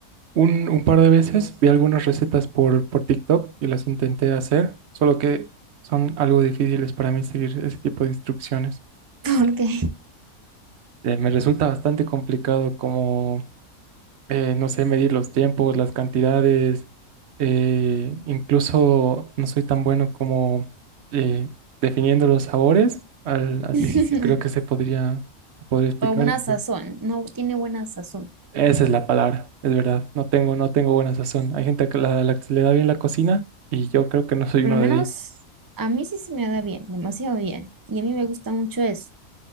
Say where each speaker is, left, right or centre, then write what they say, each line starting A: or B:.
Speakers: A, on the right; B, on the right.
A: Un, un par de veces vi algunas recetas por, por TikTok y las intenté hacer, solo que son algo difíciles para mí seguir ese tipo de instrucciones.
B: <laughs> Porque
A: Eh, me resulta bastante complicado como, eh, no sé, medir los tiempos, las cantidades, eh, incluso no soy tan bueno como eh, definiendo los sabores, al- así
B: <laughs>
A: sí sí creo que se podría, se podría explicar.
B: o una
A: Entonces.
B: sazón, no tiene buena sazón.
A: Esa es la palabra, es verdad. No tengo, no tengo buena sazón. Hay gente que la, la que le da bien la cocina y yo creo que no soy
B: Por
A: uno
B: lo menos
A: de ellos.
B: a mí sí se me da bien, demasiado bien. Y a mí me gusta mucho eso.